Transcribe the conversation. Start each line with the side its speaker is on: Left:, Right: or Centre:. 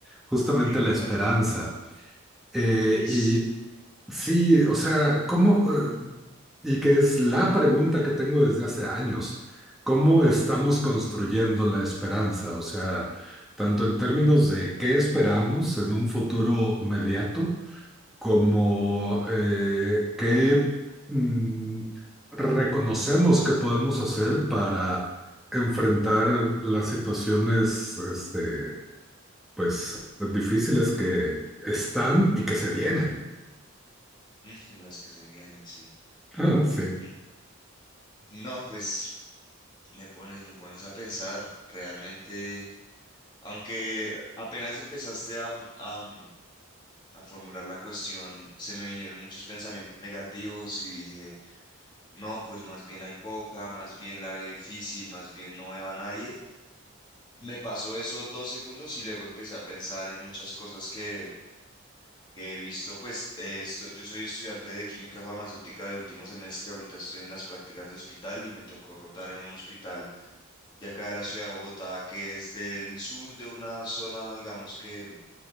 Centre: justamente
Left: Ok, cuéntame.
Centre: la esperanza. Eh,
Left: Y
Centre: y sí, o sea, ¿cómo? eh, y que es la pregunta que tengo desde hace años. ¿Cómo estamos construyendo la esperanza? O sea, tanto en términos de qué esperamos en un futuro mediato, como eh, qué mm, reconocemos que podemos hacer para enfrentar las situaciones, este, pues, difíciles que están y que se vienen.
Left: Ujú, Las que se vienen, sí.
Centre: <laughs> Sí,
Left: Mm, No, pues me pones, me pones a pensar realmente, aunque apenas empezaste a, a, mm, a formular la cuestión, se me vinieron muchos pensamientos negativos y dije, no, pues más bien hay poca, más bien la veo difícil, más bien no veo a nadie. Me pasó eso dos segundos y luego empecé a pensar en muchas cosas que que he visto, pues eh, esto- yo soy estudiante de química farmacéutica de último semestre, ahorita estoy en las prácticas de hospital y me tocó rotar en un hospital de acá de la ciudad de Bogotá, que es del sur de una zona, digamos que mm,